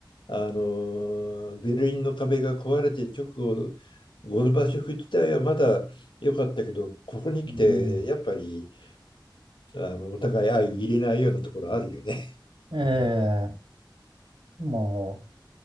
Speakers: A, on the left; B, on the right.
A: あの、ベルリンの壁が壊れて直後、ゴルバチョフ自体はまだ良かったけど、ここに来て、
B: う、うん。
A: やっぱり、あの、お互い相入れないようなところあるよね。
B: ええ。も